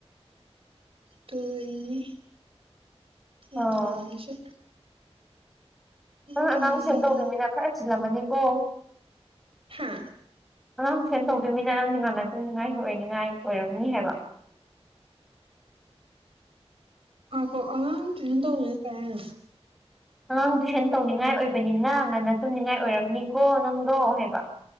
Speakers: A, on the right (about 60°); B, in the centre.
A: ꯇꯨ ꯏꯅꯤ <unintelligible>
B: ꯑꯣ ꯅꯪ
A: ꯇꯣꯏ
B: ꯑꯉꯥꯡ ꯇꯨꯏꯁꯦꯟ ꯇꯧꯗꯣꯏꯃꯤꯅ ꯈꯔ ꯆꯤꯜꯂꯝꯃꯅꯤꯀꯣ
A: ꯍꯥ
B: ꯑꯉꯥꯡꯁꯦꯟ ꯇꯨꯏꯁꯟ ꯇꯧꯗꯣꯏꯃꯤꯅ ꯅꯪꯗꯤ ꯉꯟꯅ ꯇꯨꯝꯅꯤꯡꯉꯥꯏ ꯑꯣꯏꯔꯅꯤꯡꯉꯥꯏ ꯑꯣꯏꯔꯝꯅꯤ ꯍꯥꯏꯕ
A: ꯉꯥꯈꯣ ꯑꯉꯥꯡ ꯇꯨꯏꯁꯟ ꯇꯧꯕ <unintelligible> ꯀꯩ ꯍꯥꯏꯅꯣ
B: ꯑꯉꯥꯡ ꯇꯨꯏꯁꯟ ꯇꯧꯅꯤꯡꯉꯥꯏ ꯑꯣꯏꯕꯅꯤꯅ ꯉꯟꯅ ꯇꯨꯝꯅꯤꯡꯉꯥꯏ ꯑꯣꯏꯔꯝꯅꯤꯀꯣ ꯅꯪꯗꯣ ꯍꯥꯏꯕ